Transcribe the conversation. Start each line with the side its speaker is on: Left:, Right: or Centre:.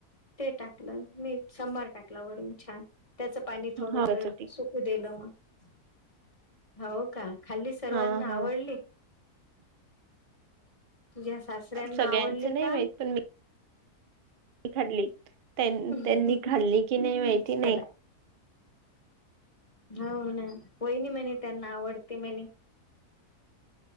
Left: ते टाकलं मीठ सबार टाकला वरून छान त्याचं पाणी थोडस
Right: होत होती
Left: सुकू देलं मग हो का खाली सर्वांना
Right: हा हा
Left: आवडली तुझ्या सासऱ्यांना
Right: सगळ्यांचं
Left: आवडली
Right: नाही
Left: का
Right: माहित पण मी खाल्ली त्यां
Left: चला
Right: त्यांनी खाल्ली कि नाही माहिती नाही
Left: हो ना वहिनी म्हणे त्यांना आवडते म्हणे